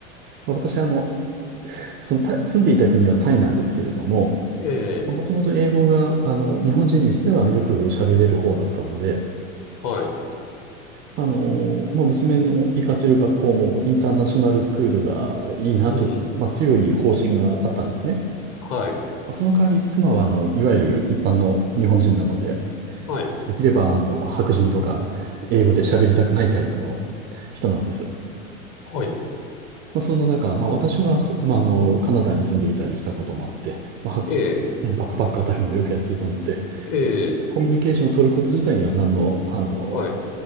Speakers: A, on the right (about 25°); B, on the left (about 35°).
A: まあ、私、あの、そのタイ、住んでいた国はタイなんですけれども、
B: ええ、
A: もともと英語が、あの、日本人にしてはよく喋れる方だったので、
B: はい、
A: あの、まあ、娘の行かせる学校もインターナショナルスクールがいいなとつ、
B: うん、
A: まあ、強い方針があったんですね。
B: はい、
A: まあその代わり妻は、あの、いわゆる一般の日本人なので、
B: はい、
A: できれば、あの、白人とか英語で喋りたくないタイプの人なんです。
B: はい、
A: まあ、そんな中、まあ、私は、すまあ、あの、カナダに住んでいたりしたこともあって、まあ、白バックパックあたりもよくやっていたので、
B: ええ、ええ、
A: コミュニケーションを取ること自体には何の、あの、
B: はい、